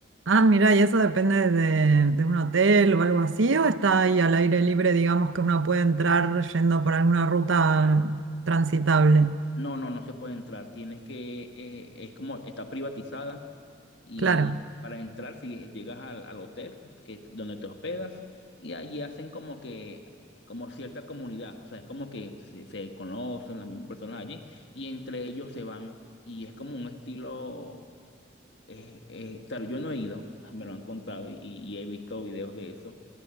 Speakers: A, on the right; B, on the left.
A: ah, mira, y eso depende de, de un hotel o algo así, o está ahí al aire libre, digamos que uno puede entrar yendo por alguna ruta transitable.
B: No, no, no se puede entrar. Tienes que, eh, es como, está privatizada y
A: Claro,
B: para entrar, si llegas al, al hotel que, donde te hospedas y allí hacen como que, como cierta comunidad, o sea, es como que se, se conocen las mismas personas allí y entre ellos se van y es como un estilo, eh, eh, claro, yo no he ido, me lo han contado y, y he visto videos de eso,